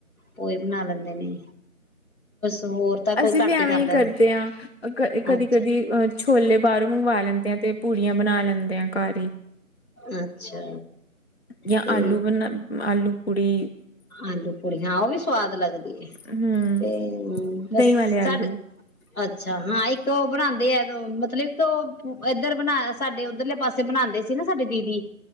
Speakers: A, on the left (about 85°); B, on the left (about 50°).
A: ਕੋਈ, ਬਣਾ ਲੈਂਦੇ ਨੇ, ਹੋਰ ਤਾਂ ਕੋਈ
B: ਅਸੀਂ ਵੀ
A: ਘੱਟ
B: ਐਵੇਂ
A: ਖਾਂਦਾ
B: ਹੀ ਕਰਦੇ ਹਾਂ ਕ ਕਦੀ
A: ਅੱਛਾ
B: ਕਦੀ ਅਹ ਛੋਲੇ ਬਾਹਰੋਂ ਮੰਗਵਾ ਲੈਂਦੇ, ਆ ਤੇ ਪੂੜੀਆਂ ਬਣਾ ਲੈਂਨੇ ਆ ਘਰ ਹੀ।
A: ਅੱਛਾ
B: ਜਾਂ
A: ਤੇ
B: ਆਲੂ ਬਨ ਆਲੂ ਕੁੜੀ
A: ਆਲੂ ਪੂੜੀਆਂ ਉਹ ਵੀ ਸਵਾਦ ਲੱਗਦੀ ਐ
B: ਹਮ
A: ਤੇ ਬਸ
B: ਦਹੀਂ ਵਾਲੇ ਆਲੂ
A: ਸਾਡੇ ਅੱਛਾ ਹਾਂ ਇੱਕ ਤ <unintelligible> ਉਹ ਬਣਾਉਂਦੇ ਆ ਮਤਲਬ ਕਿ <unintelligible> ਇੱਧਰ ਬਣਾ ਸਾਡੇ ਉਧਰਲੇ ਪਾਸੇ ਬਣਾ ਸੀ ਨਾ ਸਾਡੇ ਦੀਦੀ